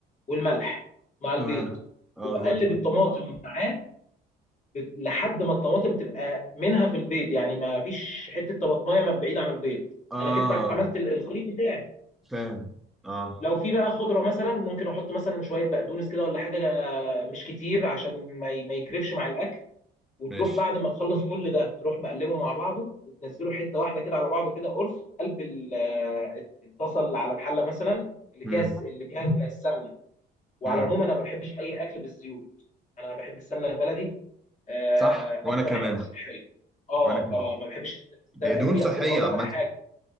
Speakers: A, on the left; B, in the centre.
A: والملح مع البيض
B: تمام اه
A: وبقلب
B: زي الفل
A: الطماطم معاه ب- لحد ما الطماطم تبقى منها في البيض يعني ما فيش حته طماطمايه ما بعيد عن البيض
B: اه
A: انا كده عملت ال- الخليط بتاعي
B: فاهم اه
A: لو في بقى خضره مثلا ممكن احط مثلا شويه بقدونس كده ولا حاجه آه، مش كتير عشان ما ي- ما يكرفش مع الاكل وتروح
B: ماشي
A: بعد ما تخلص كل ده تروح مقلبه مع بعضه وتنزله حته واحده كده على بعضه كده قرص قلب ال- آه، اتصل على الحله مثلا اللي فيها
B: امم
A: الس- اللي فيها السمنه وعلى
B: امم
A: العموم انا ما بحبش اي اكل بالزيوت انا بحب السمنه البلدي آه،
B: صح وانا
A: اكتر
B: كمان
A: حاجه صحيه اه
B: وانا كمان
A: اه ما بحبش الس-
B: هي دهون
A: في
B: صحية
A: اصل هقول
B: عامة
A: لك على حاجه